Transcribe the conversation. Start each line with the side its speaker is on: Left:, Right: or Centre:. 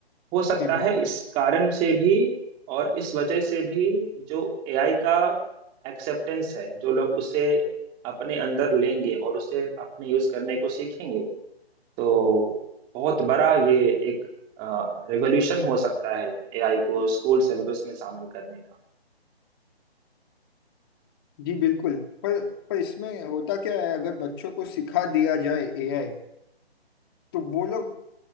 Right: हो सकता
Left: जी
Right: है
Left: बिल्कुल
Right: इस कारण से भी और इस वजह से भी जो एआई का एक्सेप्टेंस है जो लोग उसे अपने अंदर लेंगे और उसे अपने यूज करने को सीखेंगे तो बहुत बड़ा ये एक रेवोल्यूशन हो सकता है एआई को स्कूल सिलेबस में शामिल करने का
Left: जी बिल्कुल पर पर इसमें होता क्या है अगर बच्चों को सिखा दिया जाए एआई तो वो लोग